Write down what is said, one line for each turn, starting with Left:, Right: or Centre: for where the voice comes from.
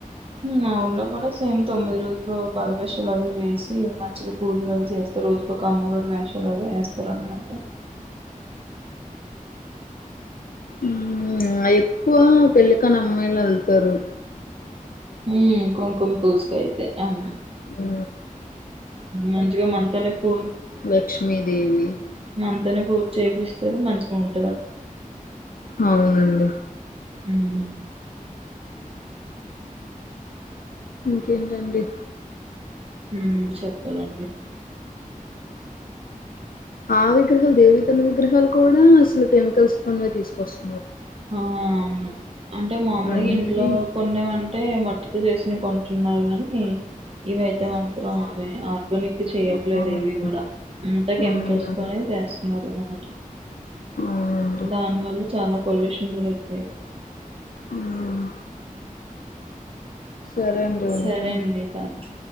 Right: మా ఊర్లో కూడా సేమ్ తొమ్మిది రోజులు బలవేషాలు అవి వేసి మంచిగా పూజలు అవి చేస్తే రోజుకి అమ్మవారి వేషాలు అవి వేస్త త్తారు అనమాట
Left: ఊ ఎక్కువ పెళ్ళికానీ అమ్మాయిలు వెళ్తా తరు
Right: హు కుంకుమ పూజకాయితే అవును
Left: ఉ
Right: మంచిగా మంతనే పూ
Left: లక్ష్మీదేవి
Right: మంతనే పూ చేపిస్తారు మంచిగా ఉంటు
Left: అవునండి
Right: ఉ
Left: ఇంకేంటండి
Right: ఉ చెప్పాలండి
Left: ఆ విగ్రహాలు దేవితల విగ్రహాలు కూడా అసలు కెమికల్స్ తనే తీసుకొస్త
Right: ఆ అవును అంటే మామూలుగా
Left: అన్నీ
Right: ఇంట్లో కొనేమంటే మట్టికు చేసిన కొంట న్నారు కాని ఇవయితే మంతరం ఆర్గానిక్ చేయట్లేదు
Left: అవునండి
Right: ఇవి కూడా అంతా
Left: మ్మ్
Right: కెమికల్స్ తోనే చేస్తున్నారు అనమాట ఓకే
Left: అవునండి
Right: దాని వాల్ళు చాలా పొల్యూషన్ కూడాకు
Left: ఉమ్ సరే అండి ఉంటాను
Right: సరే అండి థ్యాంక్ యూ